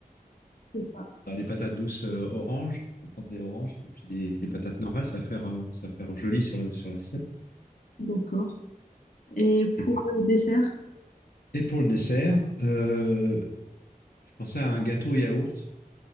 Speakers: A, on the left (about 60°); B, on the left (about 80°).
A: C'est ça.
B: T'as des patates douces euh, orange, faut prendre des oranges, et puis des, des patates normales, ça va faire, euh, ça va faire joli sur le- sur l'assiette.
A: D'accord. Et pour
B: Et,
A: le dessert,
B: et pour le dessert, euh, je pensais à un gâteau yaourt.